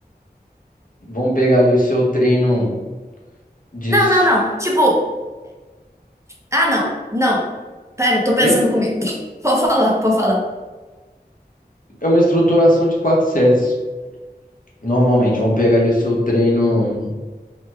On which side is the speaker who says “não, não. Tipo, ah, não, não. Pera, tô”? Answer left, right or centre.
Right